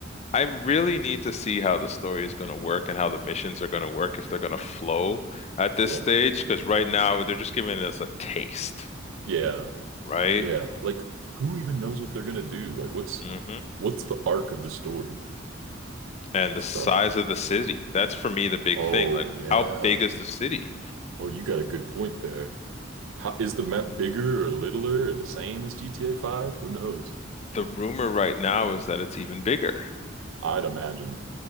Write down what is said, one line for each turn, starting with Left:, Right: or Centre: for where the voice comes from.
Left: I really need to see how the story is going to work and how the missions are going to work if they're going to flow at
Right: Yeah.
Left: this stage, because right now they're just giving us a taste,
Right: Yeah.
Left: right?
Right: Yeah. Like who even knows what they're gonna do? Like what's
Left: hmm
Right: what's the arc of the story?
Left: And
Right: It's
Left: the size
Right: probably
Left: of the city. That's for me the big
Right: Oh
Left: thing. Like,
Right: yeah.
Left: how big is the city?
Right: Oh, you got a good point there. How, is the map bigger or littler or the same as GTA 5? Who knows?
Left: The rumor right now is that it's even bigger.
Right: I'd imagine.